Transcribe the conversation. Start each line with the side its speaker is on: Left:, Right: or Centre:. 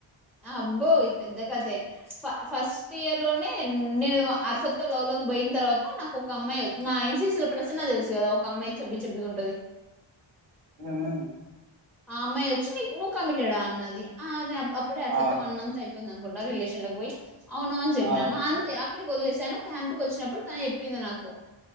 Centre: అబ్బో ఈ పెద్ద కథే <unintelligible> ఫ ఫస్ట్ ఇయర్ లోనే నేను అర్ఫత్తో లవ్ ల్ పోయిన తర్వాత నాకు ఒక అమ్మాయి మా ఎన్సిసి లో ప్రసన్న తెలుసు కదా ఒక అమ్మాయి చెబ్బి చబ్బీగుంటది
Right: హుహు
Centre: ఆ అమ్మాయి వచ్చి నీ నువ్వు కమిటేడా అన్నది ఆ అదే అరఫత్తో
Right: ఆ
Centre: వన్ మంత్ అయిపోయింది అనుకుం రిలేషన్ లోకి పోయి అవును అని చెప్పినాను
Right: ఆ
Centre: అంతే అక్కడికి వదిలే సాను క్యాంప్కి వచ్చినప్పుడు తను చెప్పింది నాకు